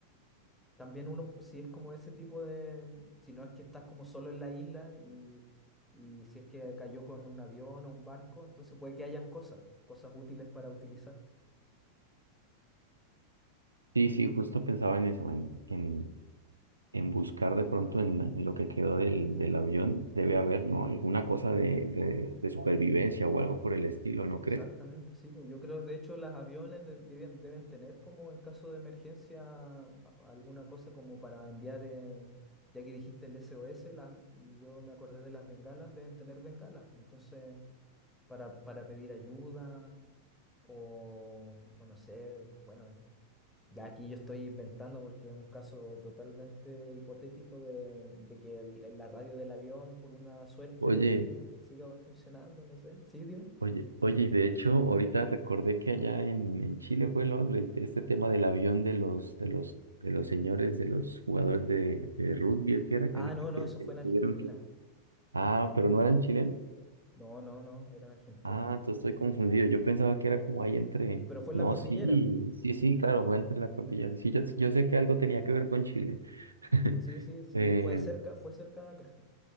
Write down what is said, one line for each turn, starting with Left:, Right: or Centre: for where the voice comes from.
Centre: también uno, pues, si es como ese tipo de, si no es que estás como solo en la isla y, y si es que cayó con un avión o un barco, entonces puede que hayan cosas, pues, cosas útiles para utilizar.
Right: Sí, sí, justo pensaba en eso, en, en, en buscar de pronto en, en lo que quedó del, del avión, debe haber, ¿no? Alguna cosa de, de, de supervivencia o algo por el estilo, ¿no
Centre: Exactamente,
Right: crees?
Centre: sí. pues, Yo creo, de hecho, los aviones de- deben, deben tener como en caso de emergencia a- alguna cosa como para enviar, eh, ya que dijiste el SOS, las- y yo me acordé de las bengalas, deben tener bengalas. pues, Entonces, para, para pedir ayuda o, o no sé, bueno, Ya aquí yo estoy inventando porque es un caso totalmente hipotético de, de que el- la radio del avión, por una suerte,
Right: Oye.
Centre: siga funcionando, no sé. ¿Sí, dime?
Right: Oye, oye, y de hecho, ahorita recordé que allá en, en Chile fue lo- el- este tema del avión de los, de los, de los señores, de los jugadores de, de rugby, es que era que,
Centre: Ah, no, no,
Right: que,
Centre: eso
Right: que
Centre: fue en Argentina.
Right: tuvieron que. Ah, pero no eran chilenos.
Centre: No, no, no, eran argentinos.
Right: Ah, entonces estoy confundido. Yo pensaba que era como ahí entre.
Centre: Pero fue en
Right: No,
Centre: la cordillera.
Right: sí, sí, sí, claro, fue entre la cordillera. Sí, yo, yo sé que algo tenía que ver con Chile. <laughs>
Centre: Sí, sí, sí,
Right: Eh,
Centre: fue cerca, fue cerca de acá.